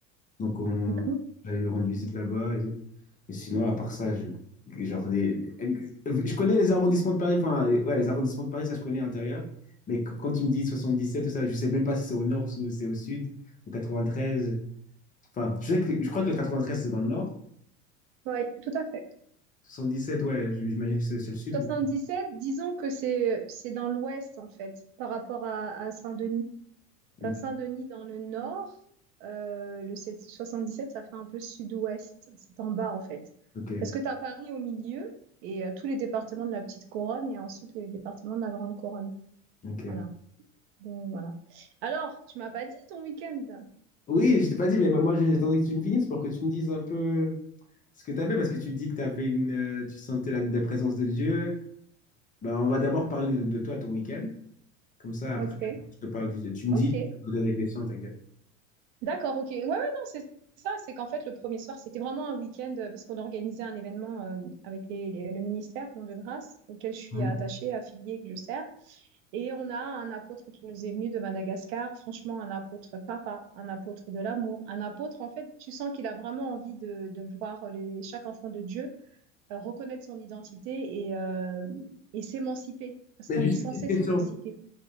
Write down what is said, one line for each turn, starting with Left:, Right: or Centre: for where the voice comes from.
Left: Donc, on
Right: D'accord.
Left: j'allais lui rendre visite là-bas et tout. Mais sinon, à part ça, je, genre, les- je connais les arrondissements de Paris, enfin, les- ouais, les arrondissements de Paris, ça, je connais à l'intérieur. Mais qu- quand tu me dis 77, tout ça, je sais même pas si c'est au nord, si c'est au sud, ou 93. Enfin, je sais que, je crois que le 93, c'est dans le nord.
Right: Oui, tout à fait.
Left: 77, ouais, j'imagine que c'est c'est le sud.
Right: 77,
Left: vu
Right: disons que c'est c'est dans l'ouest en fait, par rapport à, à Saint-Denis.
Left: que-
Right: T'as Saint-Denis dans le nord, euh, le 7 77, ça fait un peu sud-ouest, c'est en bas en fait.
Left: Ok,
Right: Parce que t'as Paris au milieu et euh, tous les départements de la petite couronne et ensuite les départements de la grande couronne.
Left: ok.
Right: Voilà. Donc voilà. Alors, tu m'as pas dit ton week-end.
Left: Oui, je t'ai pas dit, mais moi, j'attendais que tu me finisses pour que tu me dises un peu ce que tu as fait, parce que tu dis que tu as fait une, euh, tu sentais la, la présence de Dieu. Ben, on va d'abord parler de, de toi, ton week-end. Comme ça, après,
Right: Ok,
Left: je te parle du Dieu. Tu me
Right: ok,
Left: dis, je te poserai des questions, t'inquiète.
Right: d'accord, ok. Ouais, ouais, non, c'est ça, c'est qu'en fait le premier soir, c'était vraiment un week-end euh, parce qu'on organisait un événement euh, avec les- les- le ministère, Don de Grâce, auquel je suis
Left: Ouais.
Right: attachée, affiliée, que je sers. Et on a un apôtre qui nous est venu de Madagascar, franchement, un apôtre papa, un apôtre de l'amour, un apôtre, en fait, tu sens qu'il a vraiment envie de, de voir les, chaque enfant de Dieu euh, reconnaître son identité et, euh, et s'émanciper, parce
Left: Mais
Right: qu'on
Left: juste
Right: est censé
Left: une petite question.
Right: s'émanciper.